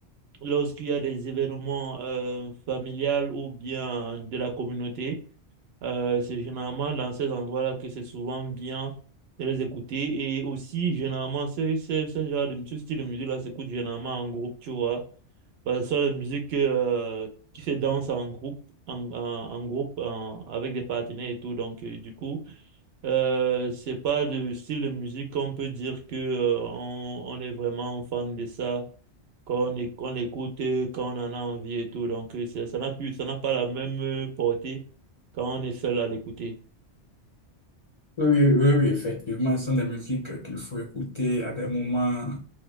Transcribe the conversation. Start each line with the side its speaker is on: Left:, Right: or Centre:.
Right: lorsqu'il y a des événements euh, familiales ou bien de la communauté. Euh, c'est généralement dans ces endroits-là que c'est souvent bien de les écouter. Et aussi, généralement, ce, ce, ce genre de, ce style de musique-là s'écoute généralement en groupe, tu vois. Parce que ce sont les musiques euh, qui se dansent en groupe, en, en, en groupe, en- avec des partenaires et tout. Donc, euh, du coup, euh, c'est pas de style de musique qu'on peut dire que euh, on, on est vraiment fan de ça qu'on é- qu'on l'écoute euh, quand on en a envie et tout. Donc, euh, ça ça n'a plus, ça n'a pas la même euh, portée quand on est seul à l'écouter.
Left: Oui, oui, oui, oui, effectivement, ce sont des musiques qu'il faut écouter à des moments.